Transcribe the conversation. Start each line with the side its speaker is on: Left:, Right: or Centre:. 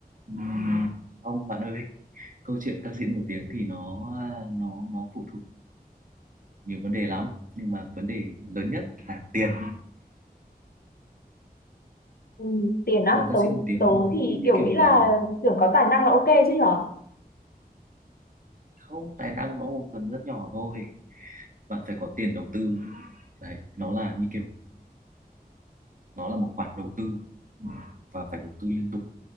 Right: Ừm, ông bạn ơi câu chuyện ca sĩ nổi tiếng thì nó ờ, nó nó phụ thuộc nhiều vấn đề lắm nhưng mà vấn đề lớn nhất là tiền
Left: Ừ, tiền á
Right: làm ca
Left: tớ
Right: sĩ nổi tiếng
Left: tớ
Right: nó
Left: thì
Right: cũng như
Left: kiểu
Right: kiểu
Left: nghĩ là
Right: là
Left: tưởng có tài năng là ok chứ nhở
Right: không tài năng nó một phần rất nhỏ thôi bạn phải có tiền đầu tư đấy nó là như kiểu nó là một khoản đầu tư Ừ. và phải đầu tư liên tục